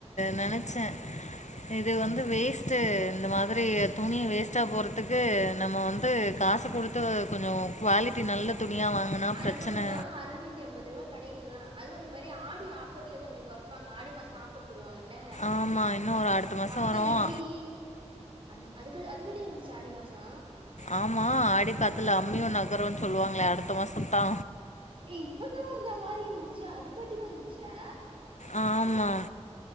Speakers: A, on the left; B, on the right.
A: நெனச்சே இது வந்து வேஸ்ட்டு இந்த மாதிரி துணி வேஸ்ட்டா போறதுக்கு நம்ம வந்து க காச குடுத்து கொஞ்சோ குவாலிட்டி நல்ல துணியாக வாங்கினா
B: அறநூறுவா
A: பிரச்சனை
B: அறநூத்தி அம்பதுருவா கடையிலெல்லா அதுவு மாரி ஆடி ஆஃபர்ல கொஞ்சோ கொறப்பாங்க ஆடி மாச ஆஃபர் போடுவா கள்ல
A: ஆமாம் இன்னும் ஒரு அடுத்த மாதம்
B: அப்பதிக்கி
A: வரும்
B: அந் அதுக்கு அது க்காட்டி வந்துர்ச்சா ஆடி மாசோ
A: ஆமா ஆடி காத்துல அம்மியு நகருன் சொல்லுவாங்ளே அடுத்த மாசத்தா
B: இப்பதா வந்தா மாரி இருந்துச்சி அதுக்காட்டி வந்துர்ச்சா
A: ஆமா